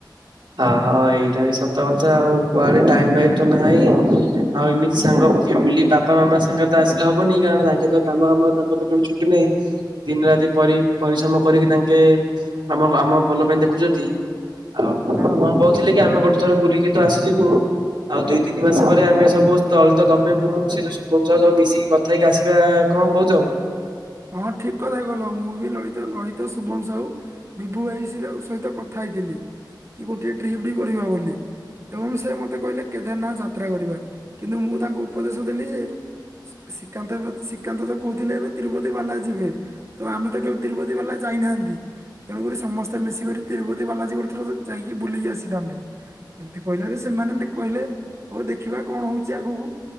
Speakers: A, on the right (about 70°); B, on the right (about 35°).
A: ହଁ ହଁ ଏଇଟା ବି ସତ କଥା ଆଉ କୁଆଡେ ଟାଇମ ପାଇଁ ତ ନାହିଁ ଆଉ ଏମିତି ସାଙ୍ଗ ଫ୍ୟାମିଲି ବାପା ମାମା ସାଙ୍ଗରେ ତ ଆସିଲେ ହବନି କାରଣ ତାଙ୍କେ ତ କାମ ହାମ ତାଙ୍କ ତ କେବେ ଛୁଟି ନାହିଁ, ଦିନ ରା ପରି ପରିଶ୍ରମ କରିକି ତାଙ୍କେ ଆମ ଆମ ଭଲ ପାଇଁ ଦେଖୁଛନ୍ତି ଆ କଣ
B: ହଁ ହଁ
A: କହୁଥିଲେ କି ଆମେ ଗୋଟେ ଥର ବୁଲିକି ତୁ ଆସିଯିବୁ। ଆଉ ଦୁଇ ତିନି ମାସ ପରେ ଆମେ ସବୁ ତଳ ତ ଦମେ ମୁଁ ସେ ଯୋଉ ସୁ ସବୁ ମିଶିକି କଥା ହେଇକି ଆସି କଣ କୋହୁଚ ଆଉ?
B: ହଁ ଠିକ କଥା ଗଲ ମୁଁ ବି ଲଳିତ ଲଳିତ ଶୁଭମ ସାହୁ ବିଭୁଇ <unintelligible> ସହିତ କଥା ଥିଲ କି ଗୋଟେ ଟ୍ରିପ ବି <unintelligible> ବୋଲି। ଏବଂ ସେ ମତେ କହିଲେ କେଦାରନାଥ ଯାତ୍ରା କରିବା, କିନ୍ତୁ ମୁଁ ତାଙ୍କୁ ଉପଦେଶ ଦେଲି ଯେ ଶ୍ରୀକାନ୍ତ ଶ୍ରୀକାନ୍ତ କହୁଥିଲେ ଏବେ ତିରୁପତି ସେଇ ବାଲା ଯିବେ ତ ଆମେ ତ କେବେ ତିରୁପତି ବାଲା ଯାଇନାହାନ୍ତି। ତେଣୁକରି ସମସ୍ତେ ମିଶିକରି ତିରୁପତି ବାଲାଜୀ ଗୋଟେ ଥର ଥରେ ଯାଇକି ବୁଲିକି ଆସିଥାନ୍ତେ। ଏମିତି କହିଲାରୁ ସେମାନେ ଯେ କହିଲେ ହଉ ଦେଖିବା କଣ ହଉଚି ଆଗକୁ।